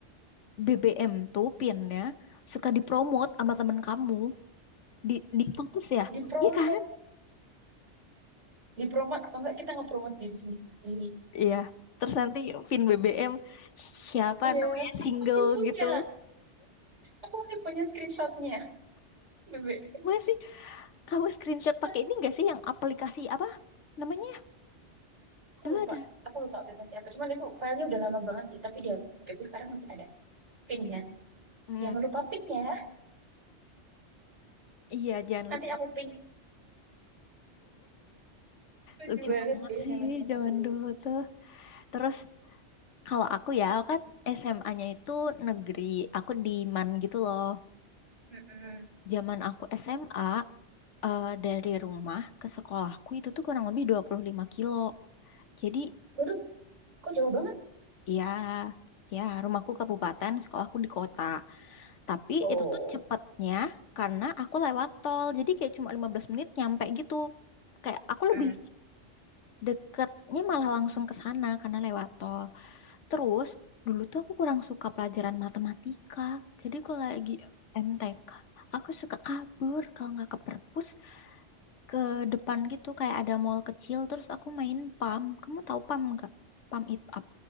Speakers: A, on the left; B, on the right.
A: BBM tuh pinnya suka dipromot sama temen kamu di di status ya?
B: Dipromo,
A: Iya kan?
B: dipromot atau enggak kita ngepromot diri sendiri.
A: Iya. Terus nanti pin BBM siapa
B: Iya,
A: namanya
B: aku
A: single
B: masih punya.
A: gitu.
B: Aku masih punya screenshotnya, <laughs> Bebe.
A: Masih kamu screenshot pakai
B: Masih.
A: ini enggak sih yang aplikasi apa namanya?
B: Aku
A: Dulu
B: lupa.
A: ada.
B: Aku lupa aplikasi apa. Cuman itu filenya udah lama banget sih. Tapi di HPku sekarang masih ada. Pinnya.
A: Hmm.
B: Jangan lupa pin ya.
A: Iya, jangan
B: Nanti
A: lupa.
B: aku ping. Lucu
A: Lucu
B: banget
A: banget
B: ya
A: sih
B: zaman-zaman
A: zaman
B: dulu
A: dulu
B: tuh.
A: tuh. Terus Kalau aku ya, aku kan SMA-nya itu negeri. Aku di MAN gitu loh.
B: Mm-mm.
A: Zaman aku SMA, eh, dari rumah ke sekolahku itu tuh kurang lebih 25 kilo. Jadi
B: Waduh, kok jauh banget
A: ya, ya rumahku kabupaten, sekolahku di kota. Tapi
B: Oh,
A: itu tuh cepetnya karena aku lewat tol. Jadi kayak cuma 15 menit nyampe gitu. Kayak aku lebih
B: mm.
A: deketnya malah langsung ke sana karena lewat tol. Terus dulu tuh aku kurang suka pelajaran matematika. Jadi kalau lagi MTK, aku suka kabur kalau nggak ke perpus ke depan gitu kayak ada mall kecil terus aku main PAM. Kamu tahu PAM nggak? PAM It Up